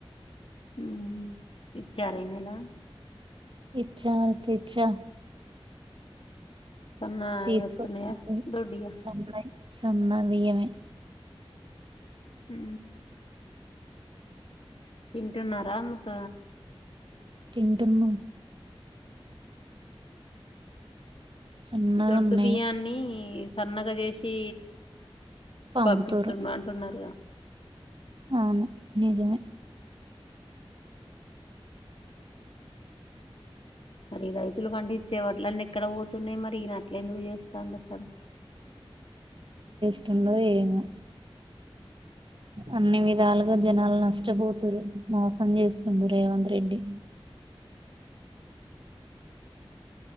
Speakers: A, on the left; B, on the right.
A: మ్మ్ ఇచ్చార ఇ నేల
B: ఇచ్చారు తెచ్చా
A: సన్నా
B: తీసుకొచ్చినవి
A: అయి వస్తున్నాయ దొడ్డుయి యా
B: సన్నయి సన్న బియ్యమే
A: మ్ తింటున్నారా మూత్త
B: తింటున్న సన్నగా
A: దొడ్డు
B: ఉన్నాయి
A: బియ్యాన్ని సన్నగ చేసి
B: పంపుతురు
A: పంపిస్తున్నా అంటున్నారుగా
B: అవును నిజమే
A: మరి రైతులు పండించే వడ్లు అన్ని ఎక్కడ పోతున్నాయి మరి ఈయనట్ ఏం చేస్తాండు అసల్
B: వతుండో ఏమో అన్ని విధాలుగా జనాలు నష్టపోతుారు మోసం చేస్తుడు రేవంత్ రెడ్డి